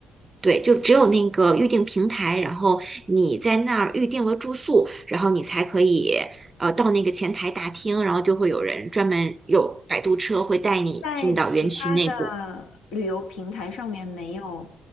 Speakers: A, on the right; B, on the left.
A: 对，就只有那个预订平台，然后你在那儿预订了住宿，然后你才可以呃到那个前台大厅，然后就会有人专门有摆渡车会带你进到园区内部。
B: 在其他的旅游平台上面没有，